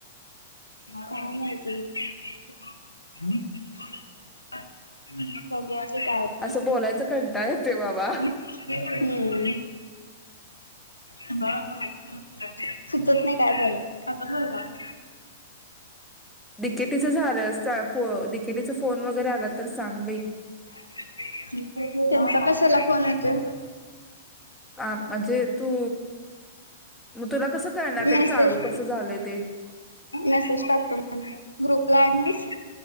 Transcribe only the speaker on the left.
काय म्हायती. <unintelligible> बगुया की काय हुतय.
हम्म तुमाला पण हाय <unintelligible> सुचत नाही काय झालं. आता बोलो राम
<unintelligible> त्येंचा कशाला फोन येतोय?
मेसेज
मेसेज टाकतो बग <unintelligible> ग्रुप ला ऍड नाहीस?